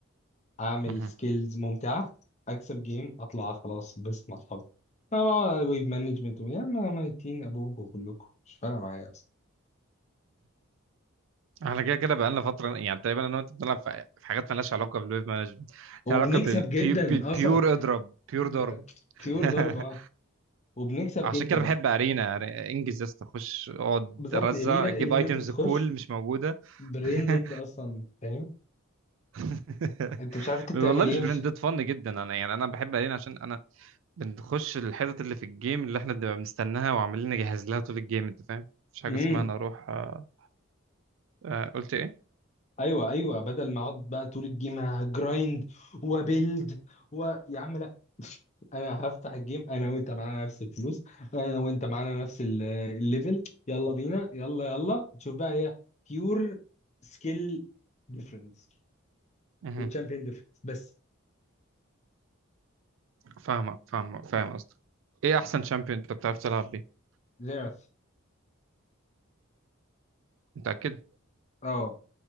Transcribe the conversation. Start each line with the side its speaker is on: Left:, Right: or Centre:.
Left: أعمل
Right: مهم.
Left: سكيلز ممتعة أكسب جيم أطلع خلاص بس مع أصحابي أنا بقى ويب مانجمنت ويا ما ميتين أبوكوا كلكم مش فارقة معايا أصلا
Right: احنا كده كده بقالنا فتره يعني تقريبا انا وانت بنلعب في في حاجات مالهاش علاقه بالويب مانجمنت
Left: وبنكسب
Right: لها علاقه بالبيور
Left: جدا أصلا
Right: اضرب بيور
Left: ب-
Right: ضرب <laughs>
Left: بيور ضربة آه. وبنكسب
Right: عشان
Left: جدا
Right: كده بحب ارينا يعني انجز يا اسطى خش اقعد
Left: بالظبط
Right: رزع
Left: إرينا
Right: جيب
Left: إرينا
Right: ايتمز
Left: أنت بتخش
Right: كول مش موجوده
Left: برين
Right: <laughs>
Left: ديد أصلا فاهم
Right: <laughs>
Left: انت مش عارف انت بتعمل
Right: والله مش
Left: ايه ومش...
Right: برندد فن جدا انا يعني انا بحب الين عشان انا بنخش الحتت اللي في الجيم اللي احنا بنبقى مستناها وعمالين نجهز لها طول الجيم انت فاهم مفيش حاجه
Left: امم
Right: اسمها انا اروح آه، آه، قلت ايه
Left: ايوه ايوه بدل ما اقعد بقى طول الجيم هجرايند وبيلد و يا عم لا انا هفتح الجيم انا وانت معانا نفس الفلوس انا وانت معانا نفس ال- الليفل يلا بينا يلا يلا تشوف بقى هي بيور سكيل ديفرنس
Right: مهم.
Left: وتشامبيون ديفرنس بس
Right: فاهمك فاهمك فاهم قصدك ايه احسن شامبيون انت بتعرف تلعب بيه
Left: زيرف
Right: متاكد
Left: اه